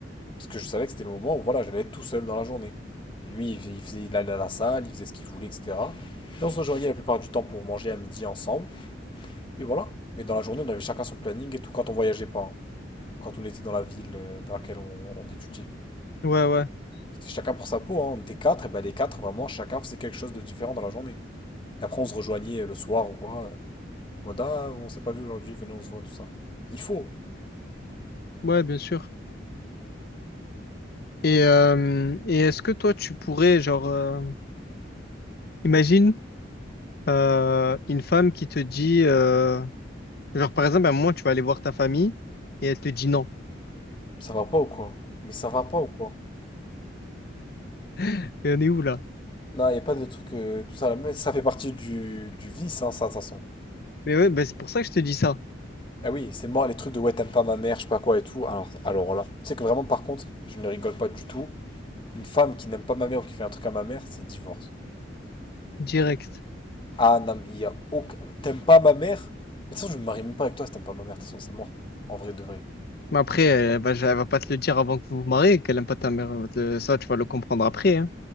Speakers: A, on the left (about 25°); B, on the left (about 50°).
A: Parce que je savais que c'était le moment où, voilà, j'allais être tout seul dans la journée. Et lui, il, fais- il faisait, il allait à la salle, il faisait ce qu'il voulait, etc. Et on se rejoignait la plupart du temps pour manger à midi ensemble. Et voilà. Mais dans la journée, on avait chacun son planning et tout quand on voyageait pas. hein. Quand on était dans la ville euh, dans laquelle on, on étudiait.
B: Ouais, ouais.
A: C'était chacun pour sa peau, hein. On était quatre, et ben les quatre, vraiment, chacun faisait quelque chose de différent dans la journée. Et après, on se rejoignait euh, le soir ou quoi. euh, Moda, on s'est pas vu aujourd'hui, venez, on se voit, tout ça. Il faut.
B: Ouais, bien sûr. Et, euh, et est-ce que toi, tu pourrais, genre, euh, imagine euh, une femme qui te dit, euh, genre, par exemple, à un moment, tu vas aller voir ta famille et elle te dit non.
A: Ça va pas ou quoi? Mais ça va pas ou quoi?
B: <laughs> Mais on est où là?
A: Non, y a pas de truc, euh, tout ça, à ça fait partie du, du vice, hein, ça, de toute façon.
B: Mais ouais, ben, c'est pour ça que je te dis ça,
A: Ah oui, c'est mort, les trucs de ouais, t'aimes pas ma mère, je sais pas quoi et tout. Alors, alors là, tu sais que vraiment, par contre, je ne rigole pas du tout. Une femme qui n'aime pas ma mère ou qui fait un truc à ma mère, c'est divorce.
B: direct.
A: Ah non, mais il y a aucun. T'aimes pas ma mère? Mais de toute façon, je me marie même pas avec toi si t'aimes pas ma mère, de toute façon, c'est mort. En vrai de vrai.
B: Mais après, elle va, elle va pas te le dire avant que vous vous mariez, qu'elle aime pas ta mère. Elle va te le- Ça, tu vas le comprendre après, hein.